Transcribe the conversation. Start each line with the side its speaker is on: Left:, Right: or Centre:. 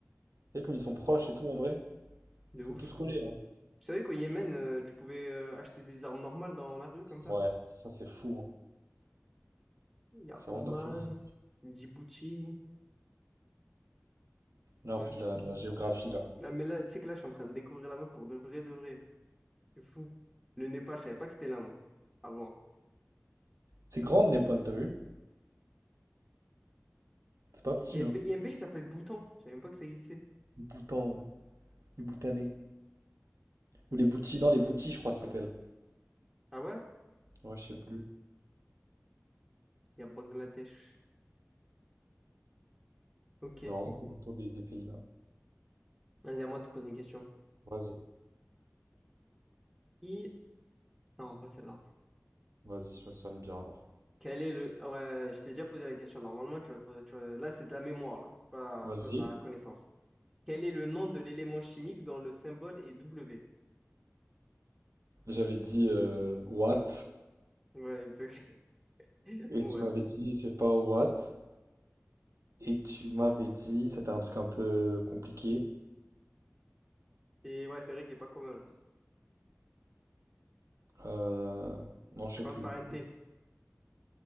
Right: sais, comme ils sont proches et tout, en vrai.
Centre: ouf.
Right: Ils sont tous collés, hein.
Centre: Tu savais qu'au Yémen, euh, tu pouvais euh, acheter des armes normales dans la rue comme ça?
Right: Ouais, ça, c'est fou, hein.
Centre: Il y a
Right: C'est
Centre: Oman,
Right: vraiment de la folie.
Centre: Djibouti,
Right: Là, on
Centre: euh,
Right: fait
Centre: qui-
Right: de la, de la géographie, là.
Centre: Là, mais là, tu sais que là, je suis en train de découvrir la map pour de vrai, de vrai. C'est fou. Le Népal, je savais pas que c'était là, moi. Avant.
Right: C'est grande le Népal, t'as vu? C'est pas petit,
Centre: Il y a
Right: hein.
Centre: un pays, il y a un pays qui s'appelle Bhoutan. Je savais même pas que ça existait.
Right: Les Bhoutan, euh, les Bhoutanais. Ou les Bhoutis, non, les Bhoutis, je crois, ça s'appelle.
Centre: Ah ouais?
Right: Ouais, je sais plus.
Centre: Il y a Bangladesh. Ok.
Right: Normalement, c'est dans le tour des, des pays là.
Centre: Vas-y, à moi de te poser une question.
Right: Vas-y,
Centre: Qui... Non, pas celle-là.
Right: vas-y, ça sonne bien alors.
Centre: Quel est le... Ouais, je t'ai déjà posé la question. Normalement, tu vas te... tu vas- Là, c'est de la mémoire, là. C'est pas...
Right: Vas-y.
Centre: c'est pas de la connaissance. Quel est le nom de l'élément chimique dont le symbole est W?
Right: J'avais dit euh, what,
Centre: Ouais, exact. <laughs>
Right: et
Centre: What?
Right: tu m'avais dit c'est pas what, et tu m'avais dit c'était un truc un peu compliqué.
Centre: Et ouais, c'est vrai qu'il est pas commun, le nom.
Right: Euh, non, je
Centre: Ça
Right: sais
Centre: commence
Right: plus.
Centre: par un T.